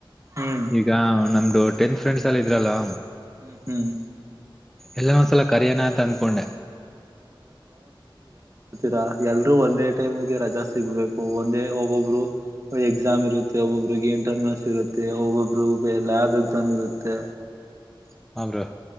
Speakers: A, on the right; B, in the centre.
A: ಹ್ಮ್
B: ಈಗ ನಮ್ದ ಟೆನ್ ಫ್ರೆಂಡ್ ಎಲ್ಲ ಇದ್ರಲ್ಲಾ
A: ಹ್ಮ್ ಹ್ಮ್
B: ಎಲ್ಲ ಒಂದ್ಸಲ ಕರಿಯಣ ಅಂತ ಅಂದ್ಕೊಂಡೆ
A: ರಾ ಎಲ್ರೂ ಒಂದೇ ಟೈಮ್ಗೆ ರಜಾ ಸಿಗ್ಬೇಕು ಒಂದೇ ಒಬ್ಬೊಬ್ರು ಎಕ್ಸಾಮ್ ಇರುತ್ತೆ ಒಬ್ಬೊಬ್ರಿಗೆ ಇಂಟರ್ನಲ್ಸ್ ಇರುತ್ತೆ ಒಬ್ಬೊಬ್ರಿಗೆ ಲ್ಯಾಬ್ ಎಕ್ಸಾಮ್ ಇರುತ್ತೆ
B: <inaudible> ಬ್ರೋ